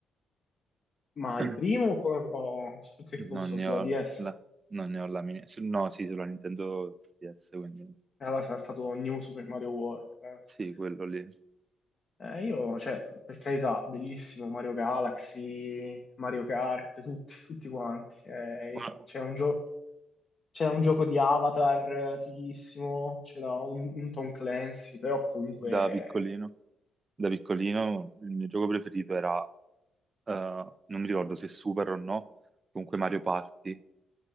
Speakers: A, on the left; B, on the right.
A: Ma
B: <clears throat>
A: il primo co- o su che console?
B: Non ne
A: Sulla
B: ho
A: DS?
B: la, non ne ho la mini- su- No, sì, sulla Nintendo DS, quindi
A: E Allora sarà stato New Super Mario World, penso.
B: sì, quello lì.
A: Eh, io, cioè, per carità, bellissimo Mario Galaxy, Mario Kart, tutti, tutti quanti. Eh,
B: Ma
A: c'è un gio- c'è un gioco di Avatar eh, fighissimo, c'era un, un Tom Clancy, però comunque...
B: Da piccolino,
A: eh,
B: da piccolino il mio gioco preferito era, eh, non mi ricordo se Super o no, comunque Mario Party,